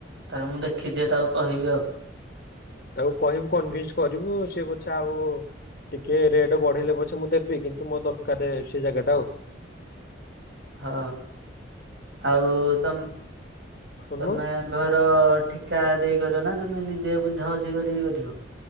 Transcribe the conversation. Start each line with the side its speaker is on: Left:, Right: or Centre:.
Right: ତାର ମୁଁ ଦେଖିଛିି ତାକୁ କହିବି ଆଉ।
Left: ତାକୁ କହିବୁ କନଭିନ୍ସ କରିବୁ ସେ ପଛେ ଆଉ ଟିକିଏ ରେଟ୍ ବଢେଇଲେ ପଛେ ମୁଁ ଦେବି କିନ୍ତୁ ମୋତେ ଦରକାର ସେଇ ଜାଗା ଟା ଆଉ।
Right: ହଁ ଆଉ ତମ୍
Left: ଶୁଣୁନୁ
Right: ତମେ ଘର ଠିକା ଦେଇ କରିବ ନା ତୁମେ ନିଜେ ବୁଝାବୁଝି କରିକି କରିବ।